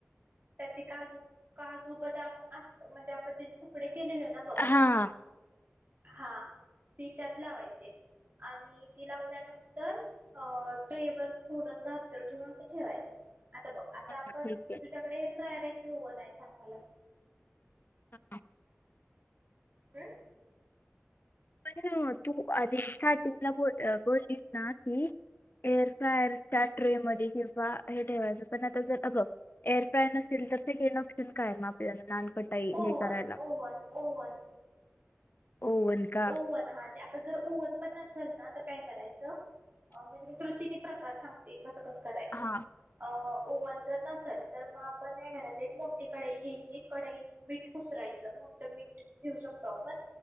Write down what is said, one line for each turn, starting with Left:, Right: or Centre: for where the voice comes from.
Right: तर ते काजू काजू बदाम असत म्हणजे आपण त्याचे तुकडे केलेले ना बघ
Left: हा
Right: हा ती त्यात लावायचे आणि ती लावल्यानंतर अ ट्रेवरर थोडसा ठेवून असं ठेवायचं आता बघ आता आपण
Left: ठीक आहे.
Right: तु्याकडे एअर फ्रायर आहे कि होओन आहे सांग मला
Left: स
Right: हम
Left: पण तू आधी स्टार्टिंगला ब बोललीस ना ती एअर फायरच्या ट्रे मध्ये किंवा हे ठेवायचं पण आता जर अभघ एअर फ्राय नसेल तर स काही नऑक्शन काय मा आपल्याला नानकट का हे
Right: ओव्हन
Left: करायला
Right: ओव्हन ओव्हन
Left: ओवन का
Right: ओ आ जर ओव्हन पण नसेल ना तर काय करायचं म्हणजे मित्रो तिनही प्रकार सांग ते कसं कसं करायचं
Left: हा
Right: अ ओव्हन जर नसेल तर मग आपण या घरात एक मोठी कडाई घ्यायची कडई मीठ पुसरायचं मोठं मीठ घेऊ शकतो आपण